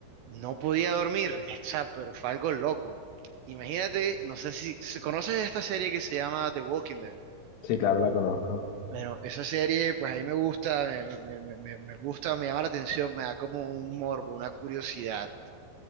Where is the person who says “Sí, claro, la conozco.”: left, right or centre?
Left